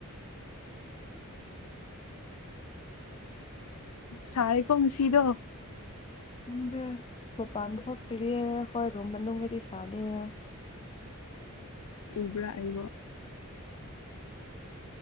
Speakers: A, on the left; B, on the left.
A: ꯁꯔꯀꯣ ꯃ ꯁꯤꯗꯣ
B: ꯈꯪꯗꯦ ꯃꯄꯥꯟ ꯊꯣꯛꯇ꯭ꯔꯤꯌꯦ ꯍꯣꯏ ꯔꯨꯝ ꯃꯅꯨꯡꯗꯗꯤ ꯁꯥꯗꯌꯦ
A: ꯀꯕ꯭ꯔꯥ ꯑꯔꯤꯕ